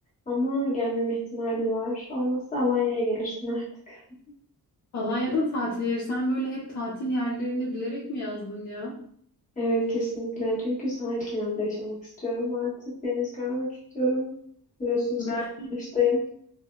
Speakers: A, on the left; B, on the left.
A: Ama gelmeme ihtimali var. Olmazsa Alanya'ya gelirsin artık. <laughs>
B: Alanya'da tatil yeri. Sen böyle hep tatil yerlerini bilerek mi yazdın ya?
A: Evet kesinlikle çünkü sahil kenarında yaşamak istiyorum artık. Deniz görmek istiyorum. Biliyorsun şimdi
B: Ben
A: arkadaştayım.